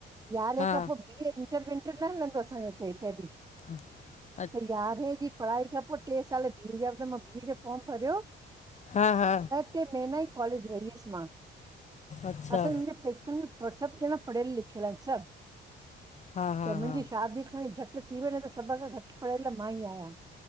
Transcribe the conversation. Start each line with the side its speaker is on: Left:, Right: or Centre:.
Right: यारहें
Left: हा
Right: खां पो बी ए इंटर विंटर न हलंदो हो असांजे हिते पहिरीं।
Left: <inaudible>
Right: त यारहें जी पढ़ाई खां पो ट्रे साल बी ए जा त मां बी ए जो फॉर्म भरियो।
Left: हा -हा
Right: हिते मैन आई कॉलेज वई हुअसि मां
Left: अच्छा
Right: असांजे मुंहिंजे पेकनि में पर सभु ॼणा पढ़ियल लिखियल हिनि सभु
Left: हा हा
Right: त मुंहिंजी
Left: हा
Right: शादी खंणी झटि थी वई न त सभ खां घटि पढ़ियल मां ई आहियां।